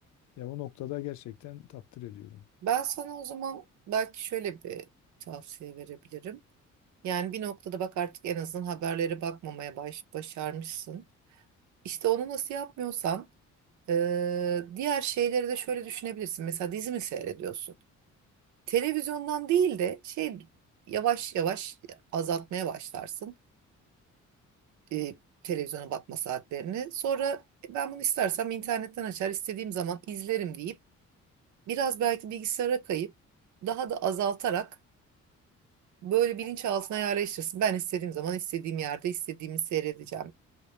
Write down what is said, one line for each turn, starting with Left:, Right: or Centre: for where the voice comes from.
Left: Ya o noktada gerçekten takdir ediyorum.
Right: Ben sana o zaman belki şöyle bir tavsiye verebilirim. Yani bir noktada bak artık en azından haberlere bakmamaya baş, başarmışsın. İşte onu nasıl yapmıyorsan eee, diğer şeyleri de şöyle düşünebilirsin. Mesela dizi mi seyrediyorsun? Televizyondan değil de şey yavaş yavaş azaltmaya başlarsın. e, televizyona bakma saatlerini. Sonra "E, ben bunu istersem internetten açar, istediğim zaman izlerim deyip biraz belki bilgisayara kayıp daha da azaltarak böyle bilinçaltına yerleştirsin. Ben istediğim zaman istediğim yerde istediğimi seyredeceğim